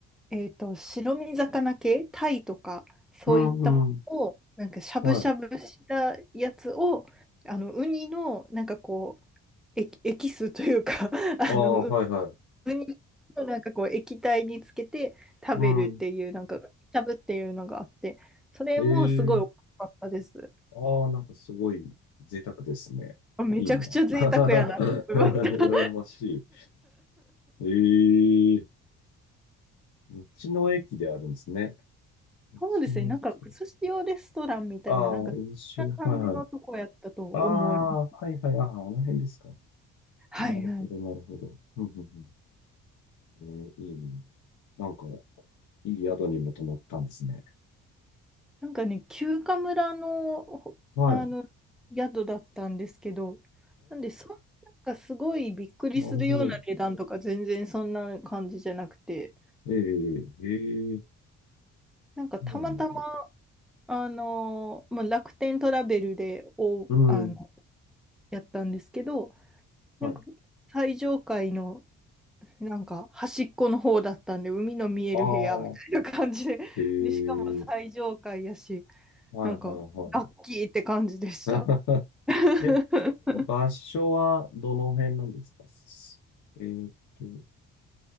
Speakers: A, in the centre; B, on the left (about 70°).
A: う、えっと、白身魚系、タイとか、そういったものを、
B: うんうん。
A: なんかしゃぶしゃぶしたやつを、
B: はい。
A: あの、ウニの、なんかこう、エキ、エキスというか <laughs> あの、
B: ああ、
A: 普
B: はいはい。
A: 通になんかこう液体につけて食べるっていうなんかしゃぶっていうのがあってそれもすごい美味しかったです。
B: うん。ええああ、なんかすごい贅沢ですね。
A: めちゃくちゃ贅沢やなって思いました。
B: いいな。<laughs> 羨ましい。ええ道の駅であるんですね。道の駅。
A: そうですね、なんか寿司用レストランみたいな、
B: ああ、
A: なんかそんな感じのとこやったと思います。
B: うしはいはい。ああ、はいはい、ああ、あの辺ですか。
A: はいはい。
B: なるほど、なるほど。うんうんうん。えー、いいね。なんか、いい宿にも泊まったんですね。
A: なんかね、休暇村の、ほあの
B: はい。ああ、
A: 宿だったんですけど、なんでそんな、なんかすごいびっくりするような値段とか全然そんな感じじゃなくて、
B: なるほど。ええ、ええ、
A: なんかたまたま、
B: うん。
A: あのーまあ、楽天トラベルでお、
B: うん、
A: あの、やったんですけど、
B: はい。
A: なんか最上階のなんか端っこの方だったんで、海の見える部屋みたいな感じで、
B: ああ、ええ、
A: で、しかも最上階やし、
B: はいはいはい。
A: なんかラッキーって感じでした。
B: <laughs>
A: <laughs>
B: え、場所はどの辺なんですかすえーっと、